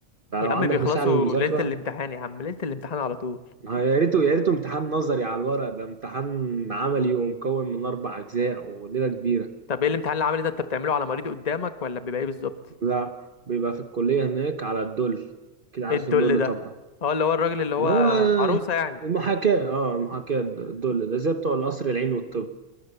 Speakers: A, on the right; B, on the left.
A: فلو
B: يا عم
A: عندك
B: بيخلصوا
A: نصيحة للمذاكرة
B: ليلة الامتحان يا عم ليلة الامتحان على طول
A: ما يا ريته يا ريته امتحان نظري على الورق ده امتحان عملي ومكون من أربع أجزاء وليلة كبيرة
B: طب ايه الامتحان اللي عامل ده انت بتعمله على مريض قدامك ولا بيبقى ايه بالظبط
A: لا بيبقى في الكلية هناك على الدل كده عارف
B: ايه الدل
A: الدل
B: ده
A: طبعا
B: اه اللي هو الراجل اللي هو
A: اللي هو
B: عروسة يعني
A: المحاكاة اه المحاكاة الدل ده زي بتوع القصر العيني والطب